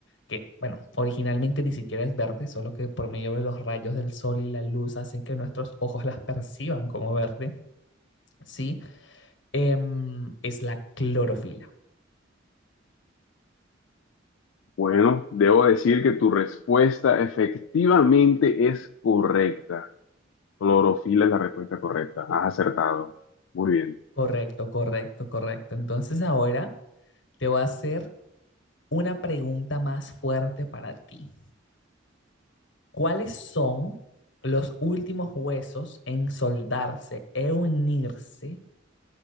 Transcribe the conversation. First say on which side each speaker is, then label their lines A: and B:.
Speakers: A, on the left; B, on the left.
A: que, bueno, originalmente ni siquiera es verde, solo que por medio de los rayos del sol y la luz hacen que nuestros <laughs> ojos las perciban como verde, ¿sí? Em, es la clorofila.
B: Bueno, debo decir que tu respuesta efectivamente es correcta. Clorofila es la respuesta correcta. Has acertado. Muy bien.
A: Correcto, correcto, correcto. Entonces ahora te voy a hacer una pregunta más fuerte para ti. ¿Cuáles son los últimos huesos en soldarse e unirse